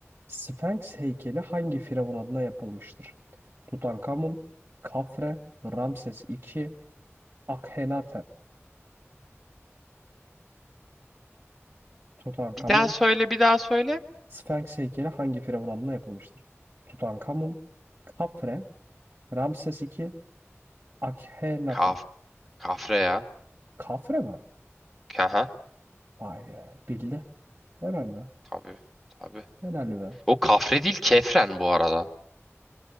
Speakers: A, on the right; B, in the centre.
A: Sphinx heykeli hangi firavun adına yapılmıştır? Tutankamun, Kafre, Ramses II, Akhenaten. Tutankamun,
B: Bir daha söyle, bir daha söyle.
A: Sphinx heykeli hangi firavun adına yapılmıştır? Tutankamun, Kafre, Ramses II, Akhenaten.
B: Kaf, kafre ya.
A: Kafre mi?
B: Kaha,
A: Vay be. Bildi. Helal be.
B: tabii, tabii.
A: Helal be.
B: O kafre değil, kefren bu arada.